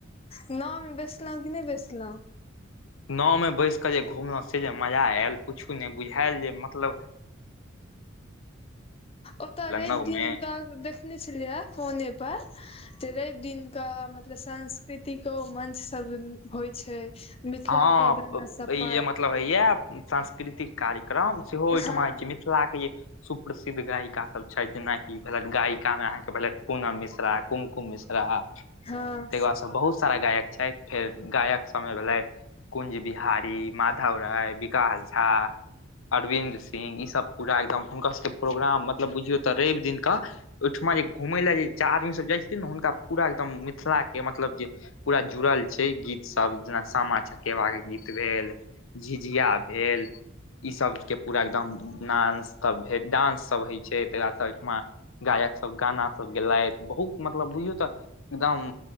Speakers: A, on the left; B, on the left.
A: नाॅव में बैसलौ कि नहि बैसलौ
B: नावमे बैस कऽ जे घुमलौ से जे मजा आयल पुछु नहि बुझायल जे मतलब
A: ओतय रवि
B: नाव
A: दिनक
B: मे
A: देखने छलियए फोने पर त रवि दिन क मतलब सांस्कृतिको मंच सब होइ छै मिथिला
B: हँ
A: के गाना सब
B: ई
A: पर
B: जे मतलब हइ या सांस्कृतिक कार्यक्रम सेहो ओहिठमा
A: हँ
B: होइ छै मिथिलाके जे सुप्रसिद्ध गायिका सब छै जेनाकि भेलथि गायिका मे अहाँके भेलथि पूनम मिश्रा कुमकुम मिश्रा ताहिके
A: हँ
B: बादसँ बहुत सारा गायक छथि फेर गायक समय भेलथि कुंज बिहारी माधव राय विकास झा अरविन्दं ई सब पूरा एकदम हुनका सबके प्रोग्राम मतलब बुझियौ तऽ रवि दिन क ओहिठमा जे घुमय लए जे आदमीसभ जाइ छथिन ने हुनका पूरा एकदम मिथिला के मतलब जे पूरा जुड़ल छै गीत सब जेना सामा चकेबाके गीत भेल झिझिया भेल ई सब के पूरा एकदम डांस सब भेल डांस सब होइ छै तै के बाद ओइठमा गायक सब गाना सब गेलथि बहुत मतलब बुझौ तऽ एकदम